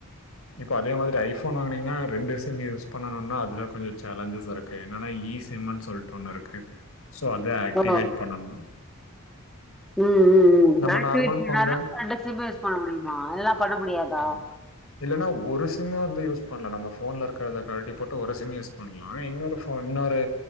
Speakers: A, on the left; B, in the centre.
A: இப்ப அதே மாரி ஐஃபோன் வாங்குனிங்னா ரெண்டு சிம் யூஸ் பண்ணனுனா அது தா கொஞ்சொ சேலஞ்சஸ் இருக்கு என்னன்னா இ சிம்னு சொல்லிட்டு ஒன்னு இருக்கு சோ அத ஆக்டிவேட்
B: ஓ!
A: பண்ணணு
B: ம் ம் ம்
A: நம்ம
B: ஆக்டிவேட்
A: நார்மல் ஃபோன்ல
B: பண்ணாத ரெண்டு சிம் யூஸ் பண்ண முடியுமா இல்லனா பண்ண முடியாதா
A: ஆமா. இல்லன்னா ஒரு சிம்ம வந்து யூஸ் பண்ணலா நம்ம போன்ல இருக்றத கழட்டி போட்டு ஒரு சிம் யூஸ் பண்லா இன்னொரு ஃபோ இன்னொரு